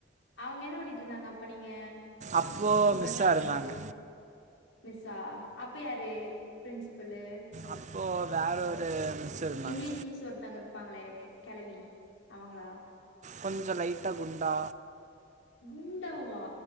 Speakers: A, on the left (about 80°); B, on the right (about 40°).
A: அவங்க என்ன பண்ணிட்டு இருந்தாங்க அப்ப நீங்க
B: அப்போது
A: ஸ்டுடென்ட்
B: மிஸ்ஸாக
A: அ இருக்கு
B: இருந்தாங்க
A: போது மிஸ்ஸா அப்ப யாரு பிரின்சிபலு
B: அப்போ வேற ஒரு மிஸ் இருந்தாங்க
A: இங்கிலிஷ் மிஸ் ஒருத்தங்க இருப்பங்களே கெளவி அவங்களா
B: கொஞ்சோ லைட்டா குண்டா
A: குண்டாவா